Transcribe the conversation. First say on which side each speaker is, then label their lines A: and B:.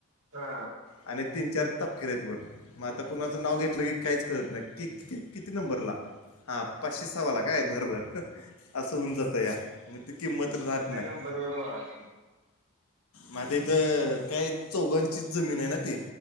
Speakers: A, on the right; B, on the left.
A: हा
B: आणि तीन चार तपकेर आहेत, वर मग आता कुणाचं नाव घेतलं की काहीच कळत नाही क किती नंबरला. हा पाचशे सवाला काय बरोबर असं, होऊन जातं या मग ते किंमत राहत नाही.
A: बरोबरोबर लागते.
B: मातथ. काय चौघांची जमीन आहे ना ती,